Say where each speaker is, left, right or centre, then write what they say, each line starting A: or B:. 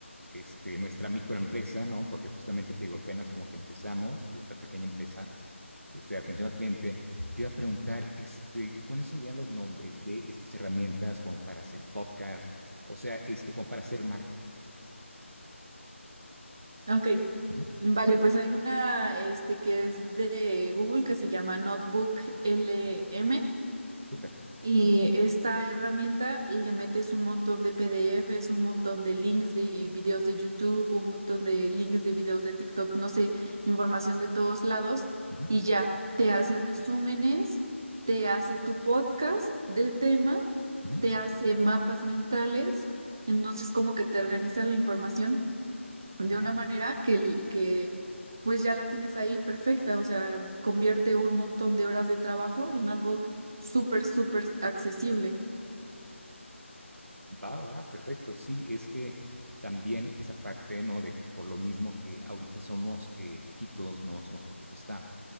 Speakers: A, on the right (about 85°); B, on the right (about 15°).
A: este, nuestra microempresa, ¿no? Porque justamente te digo, apenas como que empezamos, o sea, esta pequeña empresa, este, de atención al cliente, te iba a preguntar este, cuáles serían los nombres de estas herramientas como para hacer podcast, o sea, este, como para hacer marketing.
B: Ok.
A: Ujú,
B: Vale, pues hay una este que es de Google que se llama Notebook L M
A: Súper.
B: Y esta herramienta le metes un montón de PDFs, un montón de links de videos de YouTube, un montón de links de videos de TikTok, no sé, información de todos lados
A: ujú,
B: y ya te hace resúmenes, te hace tu podcast del tema,
A: ujú.
B: te hace mapas mentales, entonces como que te organiza la información de
A: Ajá.
B: una manera que, el- que pues ya la tienes ahí perfecta, o sea, convierte un montón de horas de trabajo en algo súper, súper accesible.
A: Va, va, perfecto. Sí, es que también esa parte, ¿no? De que por lo mismo que ahorita somos eh, poquitos, ¿no? Somos poquito staff,